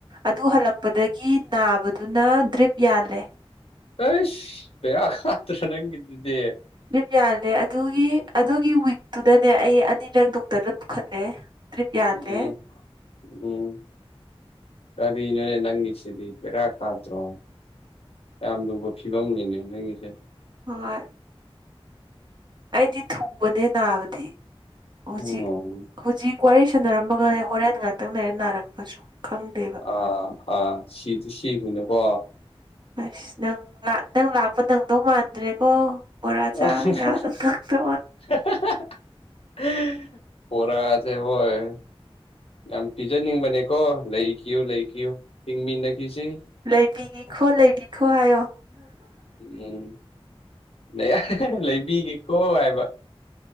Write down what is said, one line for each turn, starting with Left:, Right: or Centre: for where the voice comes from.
Right: ꯑꯗꯨ ꯍꯜꯂꯛꯄꯗꯒꯤ ꯅꯥꯕꯗꯨꯅ ꯗ꯭ꯔꯤꯞ ꯌꯥꯜꯂꯦ
Left: ꯑꯩꯁ ꯀꯗ꯭ꯔ ꯅꯪꯒꯤꯗꯨꯗꯤ
Right: ꯗ꯭ꯔꯤꯞ ꯌꯥꯜꯂꯦ ꯑꯗꯨꯒꯤ ꯑꯗꯨꯒꯤ ꯋꯤꯛꯇꯨꯗꯅꯦ ꯑꯩ ꯑꯅꯤꯔꯛ ꯗꯣꯛꯇꯔꯗ ꯄꯨꯈꯠꯂꯦ ꯗ꯭ꯔꯤꯞ ꯌꯥꯜꯂꯦ
Left: ꯎꯝ ꯎꯝ ꯀꯔꯤꯅꯣꯅꯦ ꯅꯪꯒꯤꯁꯤꯗꯤ ꯕꯦꯔꯥ ꯀꯥꯗ꯭ꯔꯣ ꯌꯥꯝ ꯂꯨꯕ ꯐꯤꯕꯝꯅꯤꯅꯦ ꯅꯪꯉꯒꯤꯁꯦ
Right: ꯍꯣꯏ ꯑꯩꯗꯤ ꯊꯨꯕꯅꯦ ꯅꯥꯕꯗꯤ ꯍꯧꯖꯤꯛ
Left: ꯎꯝ
Right: ꯍꯧꯖꯤꯛ ꯋꯥꯔꯤ ꯁꯥꯟꯅꯔꯝꯕꯒꯅꯦ ꯍꯣꯔꯦꯟ ꯉꯥꯛꯇꯪ ꯂꯩꯔ ꯅꯥꯔꯛꯄꯁꯨ ꯈꯪꯗꯦꯕ
Left: ꯑꯥ ꯑꯥ ꯁꯤꯁꯨ ꯁꯤꯈꯅꯨꯀꯣ
Right: ꯑꯁ ꯅꯪ ꯅꯪ ꯂꯥꯛꯄ ꯅꯪꯗꯧ ꯃꯥꯟꯗ꯭ꯔꯦꯀꯣ ꯕꯣꯔꯥ
Left: <unintelligible>
Right: ꯆꯥꯕ ꯌꯥꯗ ꯉꯥꯛꯇ
Left: ꯄꯣꯔꯁꯦ ꯍꯣꯏ ꯌꯥꯝ ꯄꯤꯖꯅꯤꯡꯕꯅꯦꯀꯣ ꯂꯩꯈꯤꯌꯨ ꯂꯩꯈꯤꯌꯨ ꯍꯤꯡꯃꯤꯟꯅꯈꯤꯁꯤ
Right: ꯂꯩꯕꯤꯒꯤꯈꯣ ꯂꯩꯕꯤꯈꯣ ꯍꯥꯏꯌꯣ
Left: ꯎꯝ ꯅꯌꯥ ꯂꯩꯕꯤꯒꯦꯀꯣ ꯍꯥꯏꯕ